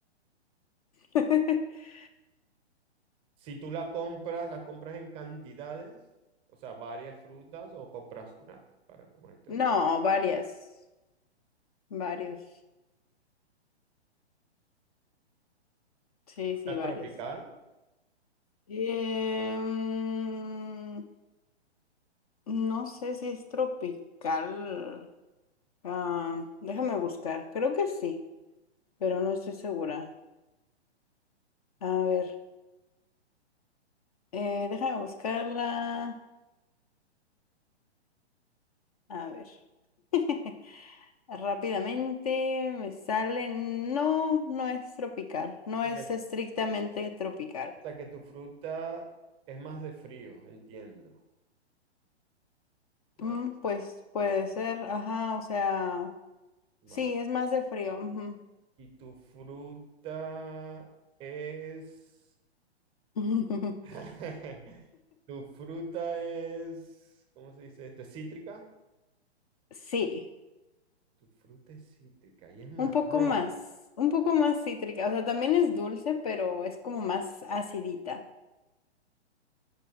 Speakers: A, on the left (about 35°); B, on the right (about 15°).
A: <laughs>
B: Si tú la compras, la compras en cantidades. O sea, varias frutas o compras una para comerte
A: No,
B: una.
A: varias, varios. Sí,
B: Fruta
A: sí,
B: es
A: varios.
B: tropical.
A: Em, no sé si es tropical. Ah, déjame buscar, creo que sí, pero no estoy segura. A ver. Eh, déjame buscarla. A ver. <laughs> Rápidamente me sale. No, no es tropical. No
B: O sea
A: es
B: que
A: estrictamente tropical.
B: O sea que tu fruta es más de frío, entiendo. No,
A: Mm, pues puede ser. Ajá, o sea.
B: vale.
A: Sí, es más de frío. ujú.
B: Y tu fruta es...
A: <laughs>
B: <laughs> Tu fruta es... ¿Cómo se dice esto? ¿Es cítrica?
A: Sí,
B: Tu fruta es cítrica y es marrón.
A: un poco más. Un poco más cítrica. O sea, también es dulce, pero es como más acidita.